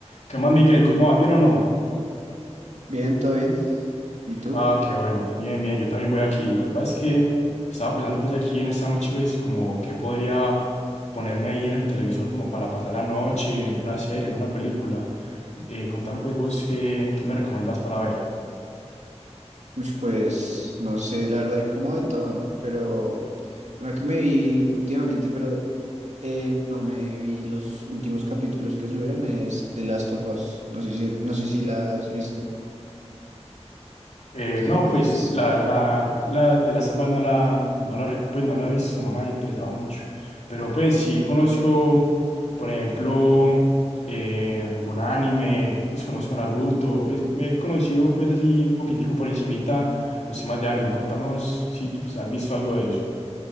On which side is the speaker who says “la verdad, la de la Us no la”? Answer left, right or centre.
Left